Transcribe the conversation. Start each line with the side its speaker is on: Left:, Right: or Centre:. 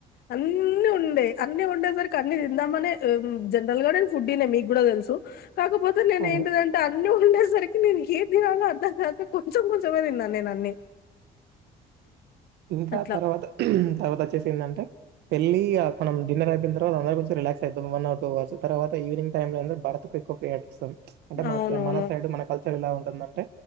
Left: అన్ని ఉండే అ అన్ని ఉండే సరికి అన్ని తిందామనే మ్ జనరల్ గా నేను ఫుడ్డి నె మీకు కూడా తెలుసు కాకపోతే నేను
Right: అవును.
Left: ఏంటిద అన్ని ఉండేసరికి నేను ఏ తినలో అర్ధం కాక కొంచెం కొంచమే తిన్నా నేను అన్ని
Right: ఇంకా
Left: అట్లా
Right: తర్వాత తర్వాత వచ్చేసి ఏందంటే పెళ్లి ఇగ మనం డిన్నర్ ఐపోయిన తర్వాతఅందరం కొంచం రిలాక్స్ అయితాం వన్ అవర్ టు హౌర్స్ తర్వాత ఈవినింగ్ టైమ్ లో అందర్ భరత్ కి ఎక్కువ ప్రియారిటీ ఇస్తాం అంటే మన
Left: అవునవును
Right: మన సైడ్ మన కల్చర్ ఎలా ఉంటుందంటే